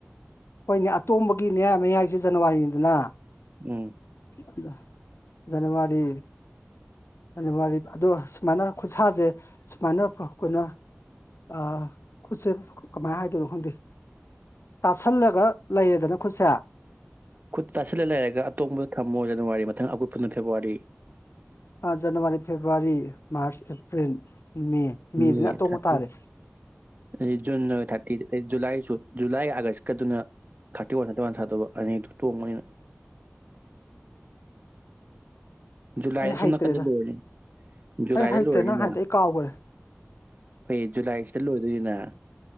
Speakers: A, on the left; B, on the right.
A: ꯍꯣꯏꯅꯦ ꯑꯇꯣꯝꯕꯒꯤꯅꯦ ꯃꯌꯥꯏꯁꯦ ꯖꯥꯅꯋꯥꯔꯤꯅꯤꯗꯅ
B: ꯎꯝ
A: ꯑꯗ ꯖꯅꯋꯥꯔꯤ ꯖꯅꯋꯥꯔꯤ ꯑꯗꯣ ꯁꯨꯃꯥꯏꯅ ꯈꯨꯠꯁꯥꯁꯦ ꯁꯨꯃꯥꯏꯅ <unintelligible> ꯑ ꯈꯨꯠꯁꯦ ꯀꯃꯥꯏꯅ ꯍꯥꯏꯗꯣꯏꯅꯣ ꯈꯪꯗꯦ ꯇꯥꯁꯜꯂꯒ ꯂꯩꯌꯦꯗꯅ ꯈꯨꯠꯁꯦ꯫
B: ꯈꯨꯠꯇ ꯇꯥꯁꯤꯜꯂ ꯂꯩꯔꯒ <unintelligible> ꯖꯅꯋꯥꯔꯤ ꯃꯊꯪ ꯑꯀꯨꯠꯄꯗꯨꯅꯅ ꯐꯦꯕꯋꯥꯔꯤ
A: ꯑ January February March April May ꯃꯦꯁꯤꯅ
B: May
A: ꯑꯇꯣꯡꯕ
B: ꯊꯥꯔꯇꯤ
A: ꯇꯥꯔꯦ
B: ꯑꯗꯩ ꯖꯨꯟꯅ ꯊꯥꯔꯇꯤ ꯖꯨꯂꯥꯏ ꯨ ꯖꯨꯂꯥꯏ ꯑꯥꯒꯁ ꯀꯗꯨꯅ ꯊꯥꯔꯇꯤ ꯋꯥꯟ ꯊꯥꯔꯇꯤ ꯋꯥꯟ ꯁꯥꯗꯧꯕ ꯑꯅꯤꯗꯨ ꯇꯣꯡꯕꯅꯤꯅ ꯖꯨꯂꯥꯏ
A: ꯑꯩ
B: ꯑꯁꯣꯝ
A: ꯍꯩꯇ꯭ꯔꯦꯗ
B: ꯅꯥꯀꯟꯗ ꯂꯣꯏꯔꯅꯤ ꯖꯨꯂꯥꯏꯗ
A: ꯑꯩ ꯍꯩꯇ꯭ꯔꯦ
B: ꯂꯣꯏꯔꯅꯤꯅ
A: ꯅꯪ ꯍꯥꯏꯗꯣ ꯑꯩ ꯀꯥꯎꯈ꯭ꯔꯦ
B: ꯍꯣꯏ ꯖꯨꯂꯥꯏꯁꯤꯗ ꯂꯣꯏꯗꯣꯏꯅꯤꯅ